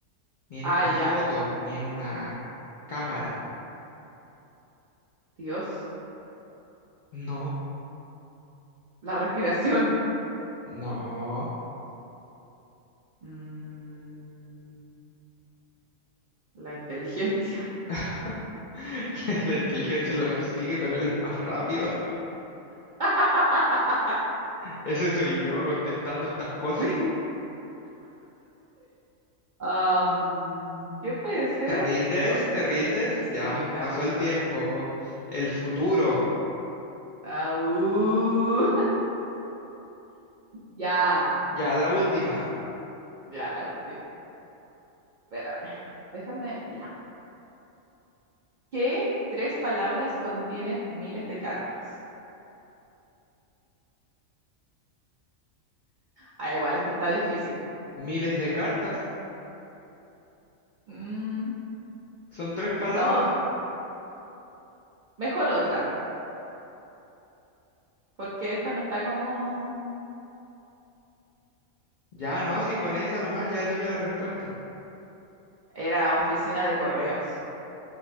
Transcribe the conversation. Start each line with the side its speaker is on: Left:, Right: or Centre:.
Left: ni en
Right: Ah,
Left: una
Right: ya.
Left: foto, ni en una cámara.
Right: Dios.
Left: No,
Right: La respiración.
Left: no.
Right: Mm, la inteligencia.
Left: <laughs> La inteligencia lo persigue, pero él es más rápido.
Right: <laughs>
Left: Ese soy yo contestando estas cosas.
Right: Sí. Am, ¿qué puede ser?
Left: ¿Te rindes?
Right: Sí,
Left: ¿Te rindes? Ya
Right: me
Left: pasó
Right: rindo.
Left: el tiempo, el futuro,
Right: Au. <laughs> Ya,
Left: ya la última.
Right: ya, la última. Espérame. Déjame. Ya. ¿Qué tres palabras contienen miles de cartas? Ah, igual, esta está difícil.
Left: Miles de cartas,
Right: Mm,
Left: son tres palabras.
Right: no, mejor otra, porque esta no está como...
Left: Ya no, si con esa nomás, ya dime la respuesta.
Right: Era oficina de correos,